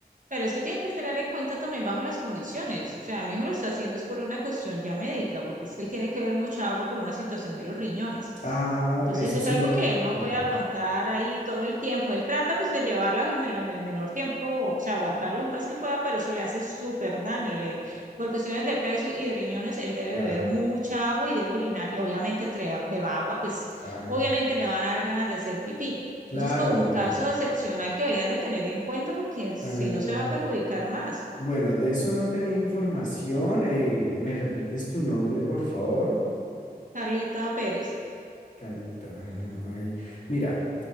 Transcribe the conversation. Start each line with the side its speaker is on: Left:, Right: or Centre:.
Right: Pero es que tienen que tener en cuenta también bajo las condiciones. O sea, mi hijo lo está haciendo es por una cuestión ya médica, porque es que él tiene que beber mucha agua por una situación de los riñones.
Left: Ah,
Right: Entonces
Left: eso
Right: es
Left: sí,
Right: algo
Left: no.
Right: que él no
Left: mm,
Right: puede aguantar ahí todo el tiempo. Él trata pues de llevarla el, me- la- el menor tiempo, o sea, aguantar lo más que pueda, pero eso le hace súper daño. Le, por cuestiones de peso y de riñones, él debe
Left: Ya.
Right: beber mucha agua y debe orinar. Y obviamente entre beba agua, pues
Left: ah,
Right: obviamente le van a dar ganas de hacer pipí.
Left: claro,
Right: Entonces, como
Left: mamita.
Right: un caso excepcional que deberían de tener en cuenta porque si
Left: Ah,
Right: no se va a perjudicar más.
Left: Bueno, de eso no tenía información. eh, ¿me repites tu nombre, por favor?
Right: Carlita Pérez.
Left: Carlita, bueno, ahí. Mira,